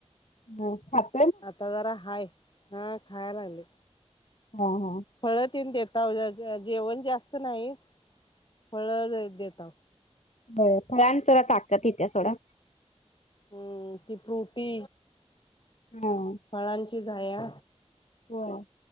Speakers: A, on the left (about 90°); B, on the left (about 45°).
A: हम्म भात
B: आता जार हाय, हां खाया लागलय.
A: हा हा.
B: फळं तेन देताव, जेवण जास्त नाही, फळं देताव.
A: फळांन जरा ताकद ईत्या सोडा.
B: हम्म, ती फ्रूटी
A: हां.
B: फळांची झाया
A: होय.